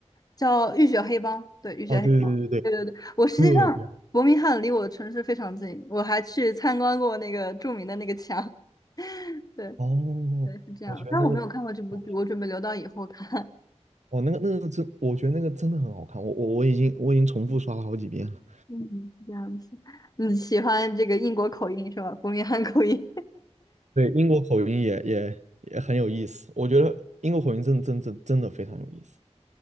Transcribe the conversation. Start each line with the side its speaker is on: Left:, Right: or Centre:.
Left: 叫浴血黑帮，对，浴血黑帮，
Right: 哦，对对对对，
Left: 对对对，我实际上伯明翰离我的城市非常近，
Right: 特别好。
Left: 我还去参观过那个著名的那个墙。<laughs> 对
Right: 哦，
Left: 对，是这样。
Right: 我觉得那个。
Left: 但我没有看过这部剧，
Right: 哦
Left: 我准备留到以后看。<laughs>
Right: 哦，那个那个真，我觉得那个真的很好看，我我我已经我已经重复刷了好几遍了。
Left: 嗯，是这样子。你喜欢这个英国口音是吧？伯明翰口音。
Right: 对，英国口音也也也很有意思，我觉得英国口音真真真的真的非常有意思。